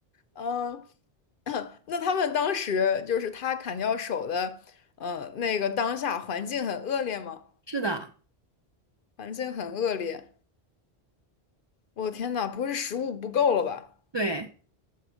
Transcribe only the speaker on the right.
是的，
对，